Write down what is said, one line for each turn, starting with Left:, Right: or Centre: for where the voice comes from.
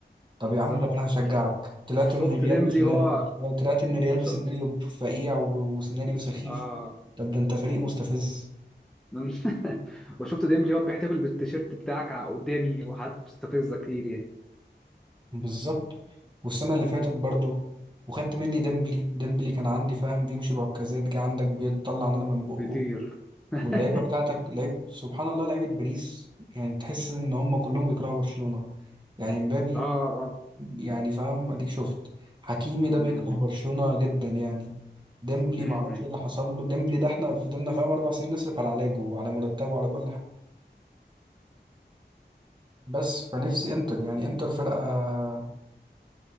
Right: طب
Centre: بالظبط
Right: يا عم طب انا هشجعك طلعت
Centre: شفت
Right: من الريال
Centre: ديمبلي
Right: بسنا...
Centre: هو
Right: طلعت من الريال
Centre: شفت
Right: بسيناريو فقيع و- وسيناريو سخيف
Centre: اه
Right: طب ده انت فريق مستفز
Centre: من- <laughs> وشفت ديمبلي هو بيحتفل بالتيشيرت بتاعك ع- قدامي وحاجات مستفزة كتير يعني
Right: بالظبط والسنه اللي فاتت برضه وخدت مني ديمبلي ديمبلي كان عندي فاهم بيمشي بعكازات جه عندك بيطلع نار من بقه
Centre: بيطير <laughs>
Right: واللعيبه بتاعتك لعيب سبحان الله لعيبه باريس يعني تحس ان هم كلهم بيكرهوا برشلونه يعني مبابي
Centre: اه اه
Right: يعني فاهم اديك شفت حكيمي ده بيكره
Centre: امم
Right: برشلونة جدا يعني ديمبلي
Centre: امم
Right: معرفش ايه اللي حصل له ديمبلي ده احنا فضلنا فاهم اربع سنين نصرف على علاجه وعلى مرتبه وعلى كل حاجه بس فنفسي انتر يعني انتر فرقه